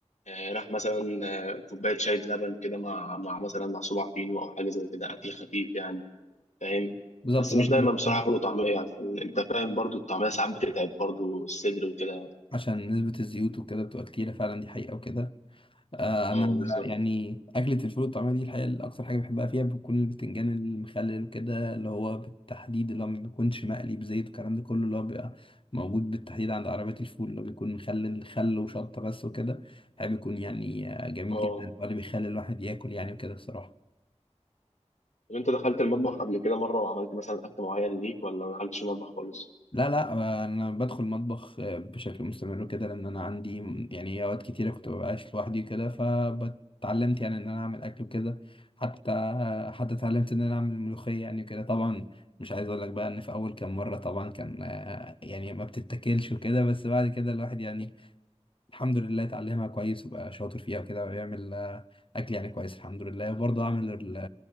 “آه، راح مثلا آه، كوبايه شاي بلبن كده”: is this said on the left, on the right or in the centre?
Left